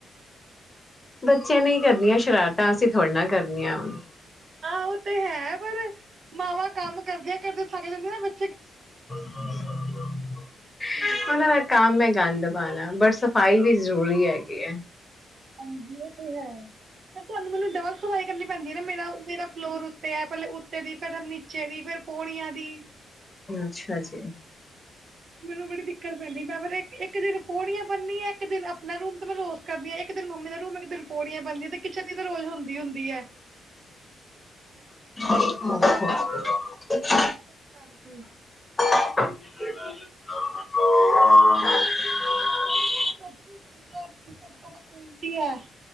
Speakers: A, on the right (about 55°); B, on the left (about 20°).
A: <inaudible>
B: ਬੱਚਿਆਂ ਨਹੀਂ ਕਰਨੀਆਂ ਸ਼ਰਾਰਤਾਂ ਅਸੀਂ ਥੋੜ੍ਹੇ ਨਾਲ ਕਰਨੀਆਂ ਹੁਣ
A: ਆ ਉਹ ਤੇ ਹੈ ਪਰ ਮਾਵਾਂ ਕੰਮ ਕਰਦੇ ਕਰਦੇ ਥੱਕ ਜਾਂਦੀਆਂ ਬੱ
B: <inaudible> ਕੰਮ ਗੰਦ ਪਾਉਣਾ ਬਟ ਸਫ਼ਾਈ ਵੀ ਜ਼ਰੂਰੀ ਹੈਗੀ ਹੈ।
A: <unintelligible> ਤੁਹਾਨੂੰ ਮੈਨੂੰ ਡਬਲ ਸਫਾਈ ਕਰਨੀ ਪੈਂਦੀ ਹੈ ਨਾ ਮੇਰਾ ਮੇਰਾ ਫਲੋਰ ਉੱਤੇ ਹੈ ਪਹਿਲੇ ਉੱਤੇ ਦੀ ਫਿਰ ਨੀਚੇ ਦੀ ਫਿਰ ਪਣੀਆਂ ਦੀ
B: ਅੱਛਾ ਜੀ
A: ਮੈਨੂੰ ਬੜੀ ਦਿੱਕਤ ਪੈਂਦੀ ਮੈਂ ਫਿਰ ਇੱਕ ਦਿਨ ਪੌੜੀਆਂ ਬੰਨੀ ਆ ਇੱਕ ਦਿਨ ਆਪਣਾ ਰੂਮ ਤੇ ਮੈਂ ਰੋਜ ਕਰਦੀ ਹਾਂ ਇਕ ਕਿ ਦਿਨ ਮੰਮੀ ਦਾ ਰੂਮ ਕਿ ਦਿਨ ਪੌੜੀਆਂ ਪੈਂਦੀਆਂ ਤੇ ਕਿਚਨ ਹੀ ਤਾਂ ਰੋਜ਼ ਹੁੰਦੀ ਹੁੰਦੀ ਐ।
B: <inaudible>
A: <unintelligible>
B: <unintelligible>
A: <unintelligible>